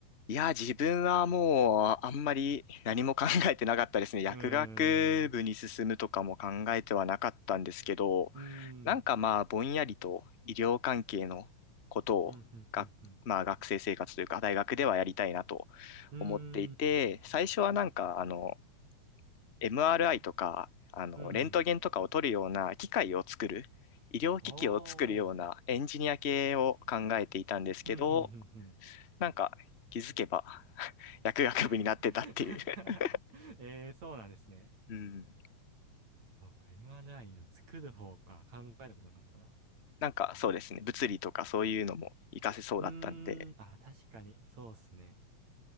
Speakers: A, on the left; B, on the right.
A: いや、自分はもうあんまり何も考えてなかったですね。<laughs> 薬学部に進むとかも考えてはなかったんですけど、
B: うーん、うーん、
A: なんかまあぼんやりと医療関係のことをが、
B: うん、ふんふんふん、
A: まあ、学生生活というか大学ではやりたいなと
B: うーん、
A: 思っていて、最初はなんかあの MRI とかあのレントゲンとかを取るような機械を作る、
B: うん、
A: 医療機器を作るようなエンジニア系を考えていたんですけど、
B: おー、ふんふんふんふん。
A: なんか気づけば薬学部になってたっていう。
B: <laughs>
A: <laughs>
B: えー、そうなんですね。
A: うん。
B: そうか、MRI の作る方か、考えることなかったな。
A: なんかそうですね、物理とかそういうのも活かせそうだったんで、
B: うーん、あ、確かに、そうっすね。